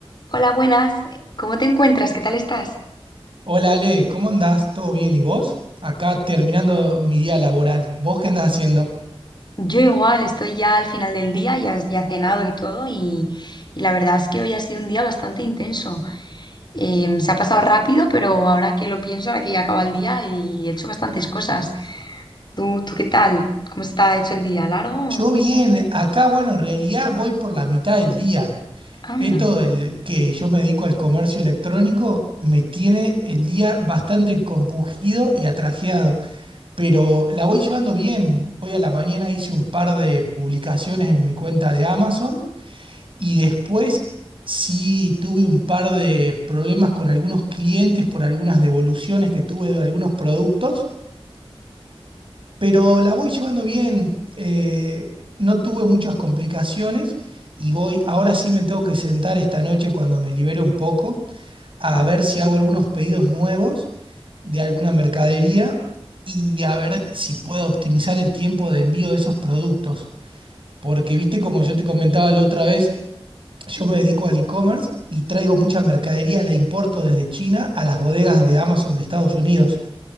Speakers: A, on the left; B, on the right.
A: Hola, buenas. ¿Cómo te encuentras? ¿Qué tal estás?
B: Hola Ale, ¿cómo andás? ¿Todo bien? ¿Y vos? Acá terminando mi día laboral. ¿Vos qué andás haciendo?
A: Yo igual, estoy ya al final del día, ya, ya cenado y todo, y, y la verdad es que hoy ha sido un día bastante intenso. Em, se ha pasado rápido, pero ahora que lo pienso, ahora que ya acaba el día, y he hecho bastantes cosas. ¿Tú, tú qué tal? ¿Cómo está hecho el día? ¿Largo?
B: Yo bien, acá bueno, en realidad voy por la mitad del día.
A: Anda.
B: Esto del que yo me dedico al comercio electrónico me tiene el día bastante compungido y atrajeado, pero la voy llevando bien. Hoy a la mañana hice un par de publicaciones en mi cuenta de Amazon Y después sí tuve un par de problemas con algunos clientes por algunas devoluciones que tuve de algunos productos, pero la voy llevando bien. eh, no tuve muchas complicaciones y voy, ahora sí me tengo que sentar esta noche cuando me libere un poco a
A: Wow.
B: ver si hago algunos pedidos nuevos de alguna mercadería y a ver si puedo optimizar el tiempo de envío de esos productos. Porque viste, como yo te comentaba la otra vez, yo me dedico al e-commerce y traigo mucha mercadería, la importo desde China a las bodegas de Amazon de Estados Unidos.